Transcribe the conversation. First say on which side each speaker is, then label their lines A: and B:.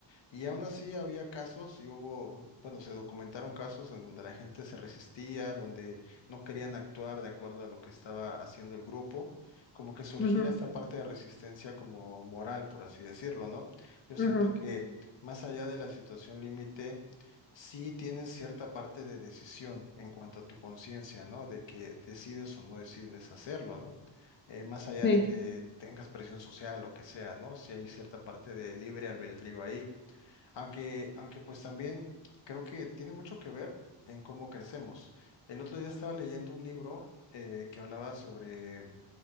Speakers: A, on the left (about 70°); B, on the left (about 25°).
A: Y aún así había casos y hubo, bueno, se documentaron casos en donde la gente se resistía, donde no querían actuar de acuerdo a lo que estaba haciendo el grupo, como que surgía
B: Ujú,
A: esta parte de resistencia como moral, por así decirlo, ¿no? Yo siento
B: ujú,
A: que más allá de la situación límite, sí tienes cierta parte de decisión en cuanto a tu conciencia, ¿no? De que decides o no decides hacerlo, ¿no? eh, más allá
B: sí.
A: de que tengas presión social, lo que sea, ¿no? Si hay cierta parte de libre albedrío ahí. Aunque, aunque pues también creo que tiene mucho que ver en cómo crecemos. El otro día estaba leyendo un libro eh, que hablaba sobre